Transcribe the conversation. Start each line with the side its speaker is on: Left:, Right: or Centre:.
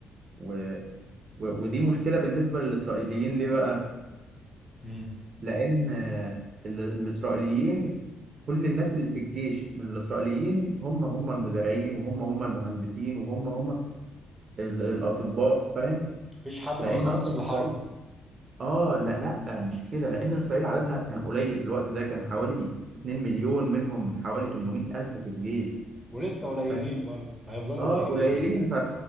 Right: و- و- ودي مشكلة بالنسبة للإسرائيليين ليه بقى؟
Centre: امم
Right: لان ال- الاسرائيليين كل الناس اللي في الجيش من الاسرائيليين هم هم المزارعين وهم هم المهندسين وهم هم ال- الاطباء فاهم
Centre: مفيش حد
Right: لان
Centre: متخصص
Right: اصلا
Centre: في الحرب
Right: اسرائيل اه لا لا مش كده لان اسرائيل عددها كان قليل في الوقت ده كان حوالي 2 مليون منهم حوالي 800 الف في الجيش
Centre: ولسه قليلين
Right: فاهم
Centre: برضه هيفضلوا
Right: اه
Centre: قليلين
Right: قليلين ف...